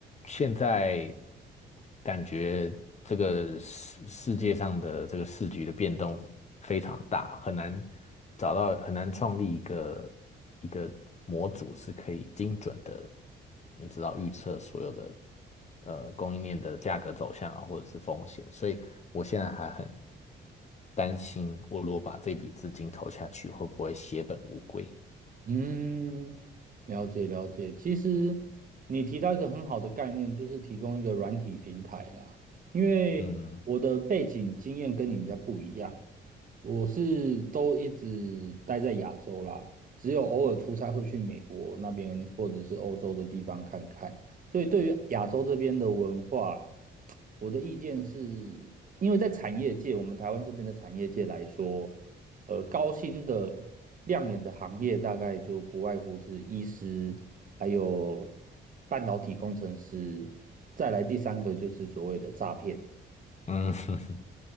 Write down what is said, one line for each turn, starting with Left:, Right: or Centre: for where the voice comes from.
Left: 现在感觉这个世世界上的这个市局的变动非常大，很难找到，很难创立一个一个模组是可以精准的，你知道预测所有的呃供应链的价格走向啊，或者是风险，所以我现在还很担心，我如果把这笔资金投下去，会不会血本无归？
Right: 嗯，了解了解。其实你提到一个很好的概念，就是提供一个软体平台啦。因为我的背景经验跟你比较不一样，
Left: 嗯
Right: 我是都一直待在亚洲啦，只有偶尔出差会去美国那边或者是欧洲的地方看看。所以对于亚洲这边的文化，我的意见是，因为在产业界，我们台湾这边的产业界来说。呃，高薪的亮眼的行业大概就不外乎是医师，还有半导体工程师，再来第三个就是所谓的诈骗。
Left: 嗯，<laughs>